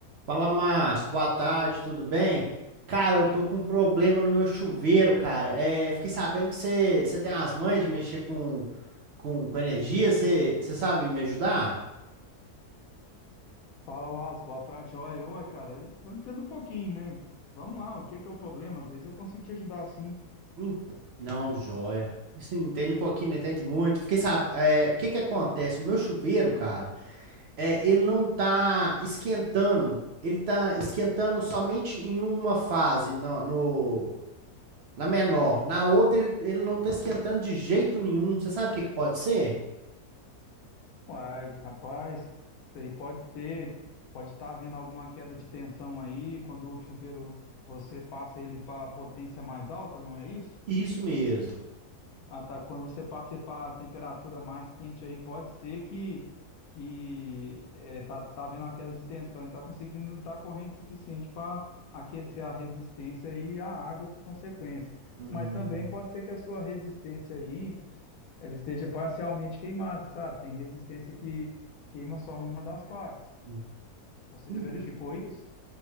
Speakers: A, on the right (about 70°); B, on the left (about 70°).
A: Fala, Márcio. Boa tarde, tudo bem? Cara, eu tô com um problema no meu chuveiro, cara. É, fiquei sabendo que você você tem as manhas de mexer com, com, com energia. Você você sabe me ajudar?
B: Fala, Wallace. Boa tarde, joia. Oi, cara, eu entendo um pouquinho, né? Vamos lá, o que que é o problema? Às vezes eu consigo te ajudar assim.
A: Hum, Não, joia. Você entende um pouquinho, não entende muito. Fiquei sabendo. o que que acontece? O meu chuveiro, cara, é, ele não tá esquentando. Ele tá esquentando somente em uma fase, no, no- na menor. Na outra, ele, ele não tá esquentando de jeito nenhum. Você sabe o que que pode ser?
B: Uai, rapaz, isso aí pode ter, pode estar havendo alguma queda de tensão aí, quando o chuveiro você passa ele para potência mais alta, não é isso?
A: Isso mesmo.
B: Ah, tá. Quando você passa para a temperatura mais quente aí, pode ser que que eh, tá, tá havendo uma queda de tensão e está conseguindo dar corrente suficiente para aquecer a resistência e a água por consequência.
A: Hum,
B: Mas também pode ser que a sua resistência aí ela esteja parcialmente queimada, sabe? Tem resistência que, que queima só uma das partes.
A: hum.
B: Você
A: E-
B: já verificou
A: e-
B: isso?